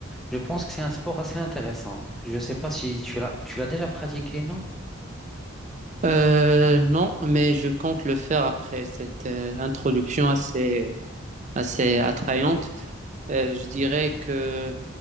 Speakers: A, in the centre; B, on the right.
A: Je pense que c'est un sport assez intéressant. Je ne sais pas si tu l'as tu l'as déjà pratiqué, non?
B: Euh, non, mais je compte le faire après cette euh, introduction assez, assez attrayante. Euh, je dirais que